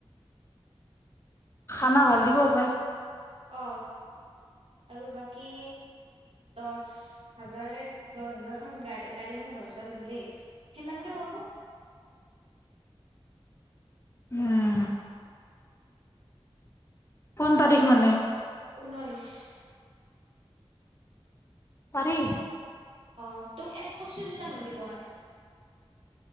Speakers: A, on the left (about 25°); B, on the right (about 65°).
A: খানা ভাল দিব হপায়?
B: অ। আৰু বাকী দহ হাজাৰে দহ হাজাৰ খ গা় গাড়ীখন দহ হজাৰ দেই সিমানকে পঢব
A: উম। কোন তাৰিখ
B: ই
A: মানে
B: ঊনৈছ। <unintelligible>
A: পাৰি।
B: অ তোক এট কচু তা নলি মই <unintelligible>